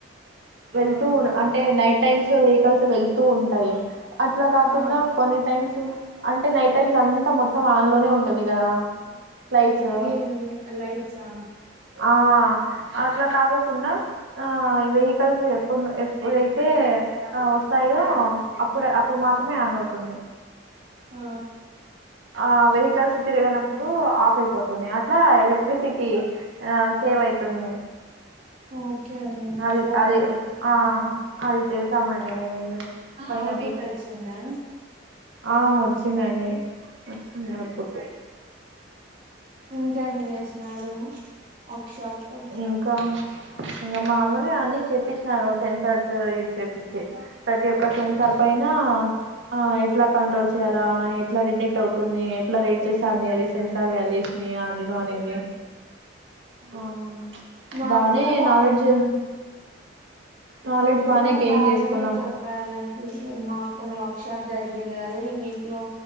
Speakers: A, on the right; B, on the right.
A: వెళ్తూ
B: ఆ
A: అంటే నైట్ టైమ్స్ వెహి కల్స్ వెళ్తూ ఉంటాయి అట్లా కాకుండా
B: ఆ
A: కొన్ని టైమ్స్ అంటే నైట్ టైమ్స్ అంత మొత్తం వాన్ లోనే ఉంటుంది కదా ఫ్లైట్స్
B: ఏంది లైట్సా
A: ఆ అట్లా కాకోకుండా ఆ వెహి కల్స్ ఎప్పుడు ఎప్పుడైతే వస్తాయో అప్పుడు అప్పుడు మాత్రమే ఆన్ అవుతుంది
B: ఆ
A: ఆ వెహికల్స్ తిరిగనప్పుడు ఆఫ్ అయిపోతుంది అట్లా ఎలక్ట్రిక్ సిటి ఆ సేవ్ అవుతుంది
B: ఓకే అండి
A: అది
B: బాగుంది
A: అది ఆ అది చే స్తామండి మేము మీరు పోయిన
B: అవుట్పుట్
A: వీక్
B: వచ్చిందా
A: ఆ వచ్చిందండి వచ్చింది ఔట్పుట్
B: ఇంకేం చేసినారు వర్క్ షాప్ లో
A: ఇంకా ఇంకా మామూలే అన్ని చేపించినారు సెన్సార్స్ యూజ చేపిచ్చి ప్రతి ఒక్క సెన్సార్ పైన ఆ ఎట్లా కంట్రోల్ చేయాల ఎట్లా డిటెక్ట్ అవుతుంది ఎట్లా రేట్ చే సందది సెన్సార్ వాల్యూస్ ని అడినోనివి ఆ
B: మా
A: బానే
B: అక్కను
A: నాలెడ్జ్ నాలెడ్జ్
B: మాకున్న
A: బానే గెయిన్
B: బాగానే
A: చేసుకున్నాం
B: చెప్పారండి మాకున్న వర్షాప్ జరిగింది కదా ఈ వీక్ లో